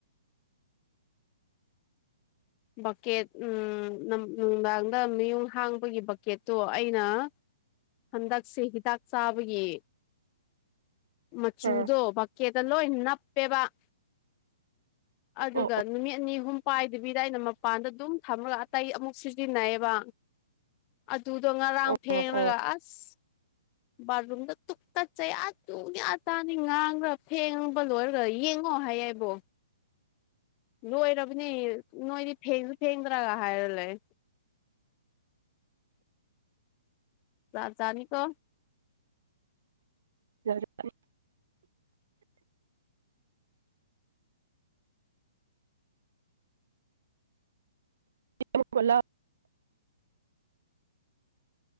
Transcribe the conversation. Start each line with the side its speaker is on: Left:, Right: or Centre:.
Left: ꯕꯛꯀꯦꯠ ꯎꯝ ꯅꯝ ꯅꯨꯡꯗꯥꯡꯗ ꯃꯌ‌ꯣꯡ ꯍꯥꯡꯕꯒꯤ ꯕꯛꯀꯦꯠꯇꯣ ꯑꯩꯅ ꯍꯟꯗꯛꯁꯦ ꯍꯤꯗꯥꯛ ꯆꯥꯕꯒꯤ ꯃꯆꯨꯗꯣ
Right: ꯑꯥ
Left: ꯕꯛꯀ‌ꯦꯠꯇ ꯂ‌ꯣꯏꯟ ꯅꯞꯄ‌ꯦꯕ ꯑꯗꯨꯒ
Right: ꯑꯣ
Left: ꯅꯨꯃꯤꯠ ꯑꯅꯤ ꯑꯍꯨꯝ ꯄꯥꯏꯗꯕꯤ ꯗ ꯑꯩꯅ ꯃꯄꯥꯟꯗ ꯑꯗꯨꯝ ꯊꯝꯃꯒ ꯑꯇꯩ ꯑꯃꯨꯛ ꯁꯤꯖꯤꯟꯅꯩꯕ ꯇꯨꯗ‌ꯣ ꯉꯔꯥꯡ
Right: ꯑꯣ
Left: ꯐꯦꯡꯂꯒ
Right: ꯑꯣ ꯑꯣ
Left: ꯑꯁ ꯕꯥꯊꯔꯨꯝꯗ ꯇꯨꯞ ꯇꯨꯀꯠꯆꯩ ꯑꯥ ꯇꯨꯌꯥꯇꯥꯥꯅꯤ ꯉꯥꯡꯈ꯭ꯔꯥ ꯐꯦꯡꯕ ꯂꯣꯏꯔꯒ ꯌꯦꯡꯉꯣ ꯍꯥꯏꯌꯦꯕꯣ ꯂꯣꯏꯔꯕꯅꯤ ꯅꯣꯏꯗꯤ ꯐꯦꯡꯁꯨ ꯐꯦꯡꯗ꯭ꯔꯥꯒ ꯍꯥꯏꯔ ꯂꯩ ꯂꯥꯞꯖꯥꯅꯤꯀꯣ
Right: ꯌꯥꯔ <unintelligible> ꯐ <inaudible> ꯄꯨꯂꯞ